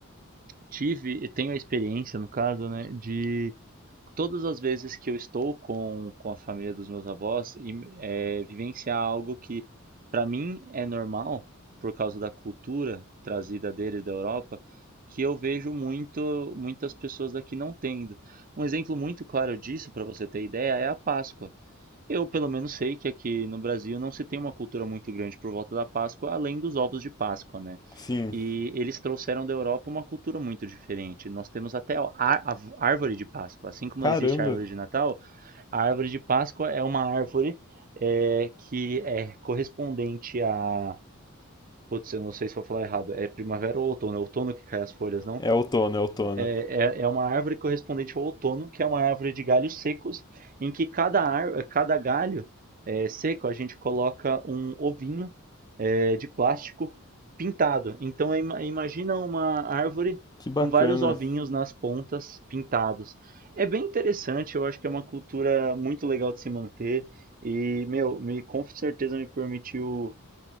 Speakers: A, on the right; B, on the left.
A: tive e tenho a experiência, no caso, né, de todas as vezes que eu estou com, com a família dos meus avós e é, vivenciar algo que para mim é normal por causa da cultura trazida deles da Europa, que eu vejo muito muitas pessoas daqui não tendo. Um exemplo muito claro disso para você ter ideia é a Páscoa. Eu, pelo menos, sei que aqui no Brasil não se tem uma cultura muito grande por volta da Páscoa, além dos ovos de Páscoa, né?
B: Sim,
A: E eles trouxeram da Europa uma cultura muito diferente. Nós temos até a a árvore de Páscoa. Assim como
B: caramba!
A: existe a árvore de Natal, a árvore de Páscoa é uma árvore é, que é correspondente a. Putz, eu não sei se vou falar errado. É primavera ou outono? É outono que cai as folhas, não?
B: É outono, é outono.
A: É, é é uma árvore correspondente ao outono, que é uma árvore de galhos secos, em que cada, ar, cada galho eh, seco a gente coloca um ovinho eh, de plástico pintado. Então imagina uma árvore
B: Que bacana.
A: com vários ovinhos nas pontas pintados. É bem interessante, eu acho que é uma cultura muito legal de se manter e, meu, me, com certeza me permitiu